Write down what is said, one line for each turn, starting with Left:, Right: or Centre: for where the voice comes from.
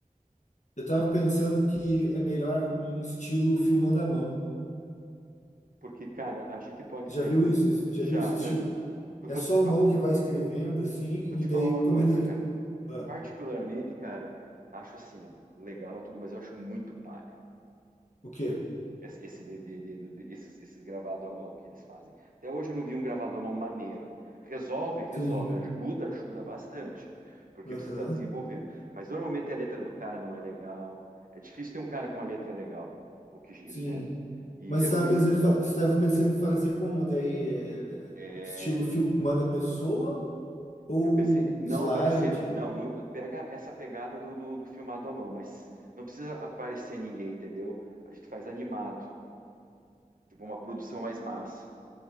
Left: Eu tava pensando que é melhor um estilo filmando à mão.
Right: Porque, cara, a gente pode
Left: Já
Right: estar
Left: viu
Right: aí. com-
Left: isso? Esse- Já
Right: Já,
Left: viu esse
Right: já
Left: estilo?
Right: vi. Eu
Left: É
Right: vou
Left: só
Right: te,
Left: a
Right: pa-
Left: mão que vai escrevendo, assim,
Right: vou
Left: e
Right: te
Left: daí
Right: falar uma
Left: quando
Right: coisa,
Left: ele.
Right: cara.
Left: Ah,
Right: Particularmente, cara, acho assim, legal tudo, mas eu acho muito palha.
Left: o quê?
Right: Esse, esse de- de- de- de- esses, esses gravado à mão que eles fazem. Até hoje eu não vi um gravado à mão maneiro. Resolve, resolve,
Left: Sim.
Right: ajuda, ajuda bastante, porque
Left: Aham.
Right: você está desenvolvendo. Mas normalmente a letra do cara não é legal. É difícil ter um cara com uma letra legal, o que, ge-
Left: Sim.
Right: né? E
Left: Mas
Right: geralmente
Left: você estava pensando em fa... você tava pensando em fazer como? Daí, é,
Right: é,
Left: estilo filmando a pessoa ou
Right: eu pensei não
Left: slide?
Right: aparecer. Não, não- pega essa pegada do, do, do filmado à mão, mas não precisa aparecer ninguém, entendeu? A gente faz animado, tipo uma produção mais massa.